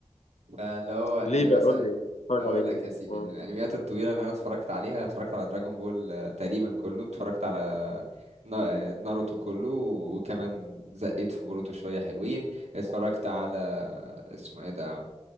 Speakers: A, on the right; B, on the left.
A: فاللي هو
B: ليه
A: يعني
B: بقى
A: مثلا
B: قول لي اتفرج
A: اقول
B: على ايه
A: لك يا سيدي
B: آه.
A: من الانميات الطويله اللي انا اتفرجت عليها اتفرجت على دراجون بول آه، تقريبا كله اتفرجت على نا- آه، ناروتو كله وكمان زقيت في بوروتو شويه حلوين اتفرجت على اسمه ايه ده